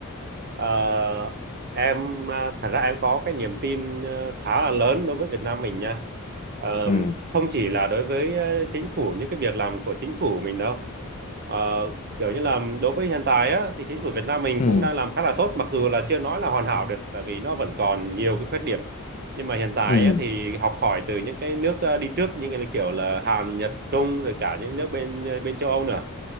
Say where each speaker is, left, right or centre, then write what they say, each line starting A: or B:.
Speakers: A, on the right; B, on the left.
A: Ờ, em à, thật ra em có cái niềm tin ờ, khá là lớn đối với Việt Nam mình nha. Ờ,
B: ừ
A: không chỉ là đối với ờ, chính phủ những cái việc làm của chính phủ mình đâu. Ờ, kiểu như là đối với hiện tại á thì chính phủ Việt Nam mình
B: ừ
A: cũng đang làm khá là tốt mặc dù là chưa nói là hoàn hảo được tại vì nó vẫn còn nhiều cái khuyết điểm. Nhưng mà hiện tại
B: ừ
A: á, thì học hỏi từ những cái nước ờ, đi trước như là kiểu là Hàn, Nhật, Trung rồi cả những nước bên bên châu Âu nữa